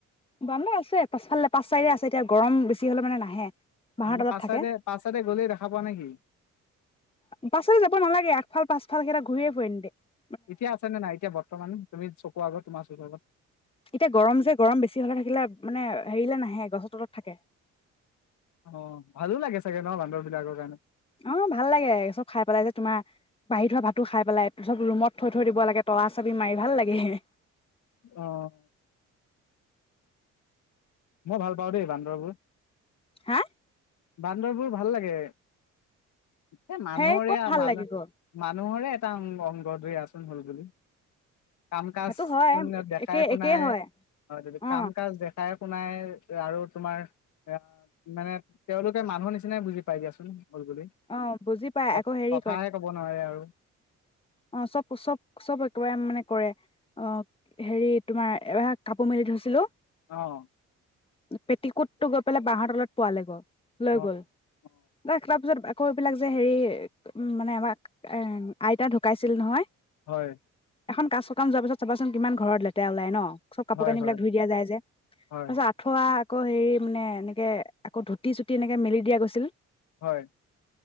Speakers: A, on the left; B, on the left.
A: বান্দৰ আছে পাছফালে পাছ চাইডে আছে এতিয়া গৰম বেছি হ'লে মানে নাহে। বাঁহৰ
B: মানে
A: তলত
B: পাছ
A: থাকে
B: চাইডে পাছ চাইডে গ'লেই দেখা পোৱা নে কি
A: পাছলে যাব নালাগে আগফাল পাছ কেইটা ঘূৰিয়ে ফুৰে এনিটাইম
B: এতিয়া আছে নে নাই এতিয়া বৰ্তমান তুমি চকু আগত তোমাৰ চকুৰ আগত
A: এতিয়া গৰম যে গৰম বেছি হ'লে থাকিলে মানে হেৰিলে নাহে গছৰ তলত থাকে।
B: অ ভালো লাগে চাগে ন বান্দৰ বিলাকৰ কাৰণে।
A: অঁ ভাল লাগে চব খাই পেলাই যে, তোমাৰ বাহি থোৱা ভাতটো খাই পেলাই, চব ৰুমত থৈ থৈ দিব লাগে তলা চাবি মাৰি ভাল লাগে। হে হে
B: অঁ মই ভাল পাওঁ দেই বান্দৰবোৰ।
A: হা
B: বান্দৰবোৰ ভাল লাগে। এ মানুহৰে
A: সেই ক'ত
B: আৰু
A: ভাল
B: মানুহ
A: লাগিব
B: মানুহৰে অংগ <unintelligible> আচন হ'ল বুলি কাম কাজ
A: সেইটো হয়
B: কোন দেখাই
A: একে
B: শুনাই
A: একেই হয়
B: অঁ য
A: অ
B: কাম কাজ দেখাই শুনাই আৰু তোমাৰ, এ মানে তেওঁলোকে মানুহ নিচিনাই বুজি পাই দিয়াচোন। হ'ল বুলি,
A: অ বুজি পাই
B: ক
A: আকৌ হেৰি
B: কথাহে ক'ব নোৱাৰে আৰু।
A: অঁ চব চব চব একেবাৰে মানে কৰে, অঁ হেৰি তোমাৰ এব কাপোৰ মেলি থৈছিলো
B: অঁ
A: পেটিকোটটো গৈ পেলাই বাঁহৰ তলত পোৱালে গৈ লৈ
B: অ
A: গ'ল,
B: অ
A: দেখল পিছত আকৌ এইবিলাক যে হেৰি মানে আমাক এ আইতা ঢ ঢোকাইছিল নহয়।
B: হয়।
A: এখন কাজ সকাম যোৱাৰ পিছত চাবাচোন, কিমান ঘৰত লেতেৰা ওলাই ন চব কাপোৰ
B: হয়
A: কানি
B: হয়
A: বিলাক ধুই দিয়া যায় যে, তাৰপিছত
B: হয়
A: আঠুৱা আকৌ হেৰি মানে এনেকে আকৌ ধুতি চুতি এনেকে মেলি দিয়া গৈছিল।
B: হয়।